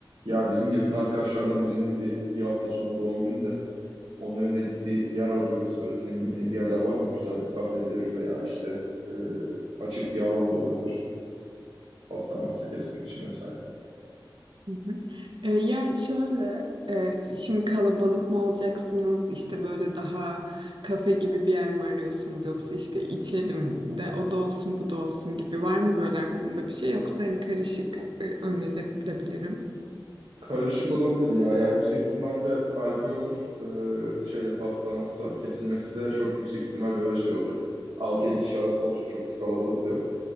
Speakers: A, on the right; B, on the right.
A: Ya bizim yakın arkadaşlardan birinin bir, bir hafta sonra doğum günü de ona yönelik bir yer arıyoruz. Böyle senin bildiğin bir yerler var mı? Güzel bir kafedir veya işte e, açık bir alan da olabilir. Pasta masta kesmek için vesaire.
B: Hı hı. E, ya şöyle, e, şimdi kalabalık mı olacaksınız, işte böyle daha kafe gibi bir yer mi arıyorsunuz yoksa işte içelim de o da olsun bu da olsun gibi var mı böyle aklında bir şey yoksa hani karışık e, önerebilirim.
A: Karışık olabilir ya. Ya yüksek ihtimalle alkol olur. Ee, şeyle pasta masta kesilmesi de çok yüksek ihtimal böyle şey olacak. altı yedi kişi arası olacak. Çok bir kalabalık da yok.